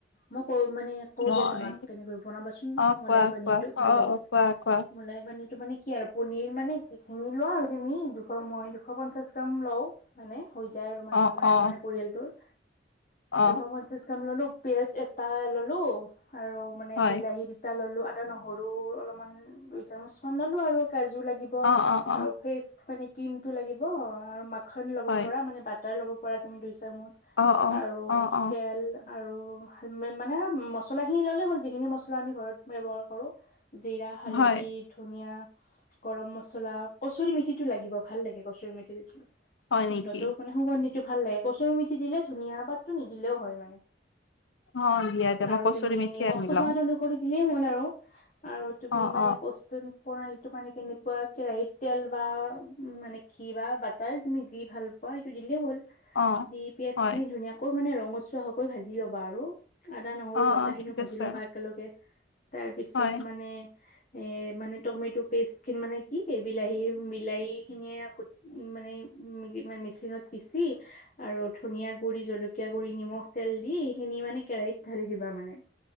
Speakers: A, on the left (about 45°); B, on the left (about 85°).
A: মই কৰো মানে কও
B: মই
A: দিয়া তোমাক তেনেকৈ বনাবাচোন
B: অ
A: মলাই
B: কোৱা
A: পানীৰটো
B: কোৱা
A: ভাল
B: অ
A: লাগে
B: অ কোৱা কোৱা
A: মলাই পানীৰটো মানে কি আৰু পনীৰ মানে যিখিনি লোৱা আৰু তুমি দুশ মই দুশ পঞ্চাশ গ্ৰাম লও মানে হৈ যায় আৰু
B: অ',
A: মানে আমাৰ
B: অ',
A: মানে পৰিয়ালটোৰ
B: অ',
A: দুশ পঞ্চাশ গ্ৰাম ললো পিয়াজ এটা ললো আৰু মানে
B: হয়,
A: বিলাহী দুটা ললো আদা নহৰু অলপমান দুই চামুচ মান ললো আৰু কাজু লাগিব
B: অ', অ', অ',
A: আৰু ফেচ মানে ক্ৰীম টো লাগিব আৰু মাক মাখন ল'ব
B: হয়,
A: পৰা মানে বাটাৰ ল'ব পৰা তুমি দুই চামুচ
B: অ', অ',
A: আৰু
B: অ', অ',
A: তেল আৰু মানে মছলা খিনি ললেই হ'ল যিখিনি মছলা আমি ঘৰত ব্যৱহাৰ কৰো জিৰা হালধি
B: হয়,
A: ধনিয়া গৰম মছলা কচৰি মেথিটো লাগিব ভাল লাগে কচুৰি মেথিটো
B: হয়
A: গোন্ধটো
B: নেকি?
A: মানে সুগন্ধিটো ভাল লাগে কচুৰ মিঠি দিলে ধুনীয়া পাতটো নি দিলেও হয় মানে
B: অ', দিয়া দিয়া
A: আৰু
B: মই কচুৰি
A: তুমি
B: মেথি
A: নিমখটো
B: আনি ল'ম,
A: সোৱাদ অনুসৰি এনে হ'ল আৰু আৰু তুমি
B: অ',
A: মানে
B: অ',
A: প্ৰস্তুত প্ৰণালীটো মানে কেনেকুৱা কেৰাহীত তেল বা উ মানে ঘি বা বাটাৰ মিজি ভাল অ এইটো দিলেই হ'ল
B: অ'।
A: দি পিয়াজ
B: হয়,
A: খিনি ধুনীয়াকৈ মানে ৰঙচুৱা হকৈ ভাজি ল'বা আৰু আদা নহৰু
B: অ',
A: বতাহখিনিও
B: অ', ঠিক
A: ভাজি
B: আছে,
A: ল'বা একেলগে তাৰ পিছত
B: হয়,
A: মানে এৰ মানে টমেট পেষ্ট খিন মানে কি এই বিলাহী বিলাহী খিনিয়ে আগত মানে মানে মেচিনত পিচি আৰু ধনিয়া গুৰি জলকীয়া জলকীয়া গুৰি নিমখ তেল দি এইখিনি মানে কেৰাহীত ঢালি দিবা মানে